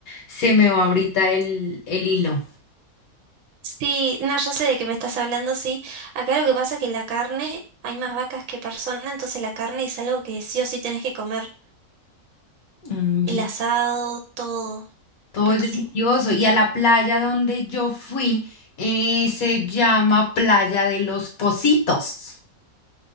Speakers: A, on the left; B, on the right.
A: se me va ahorita el, el hilo.
B: Sí, no, ya sé de qué me estás hablando, sí. Acá lo que pasa es que la carne, hay más vacas que personas, entonces la carne es algo que sí o sí tenés que comer.
A: Mm,
B: El
A: y-
B: asado, todo,
A: Todo
B: riquísimo.
A: es delicioso. Y a la playa donde yo fui, eh, se llama Playa de los Positos.